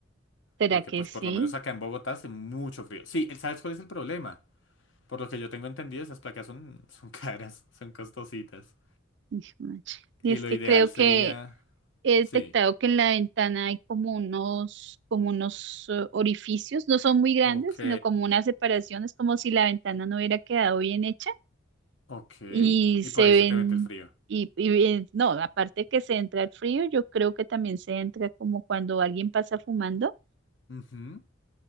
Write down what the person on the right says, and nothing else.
¿será
que
sí?
Hijo de madre. Y
es
que
creo que
he
detectado que en la ventana hay como unos, como unos eh, orificios, no son muy grandes,
sino como unas separaciones. como si la ventana no hubiera quedado bien hecha
y
se
ven,
y, y ven- no, aparte que se entra el frío, yo creo que también se entra como cuando alguien pasa fumando,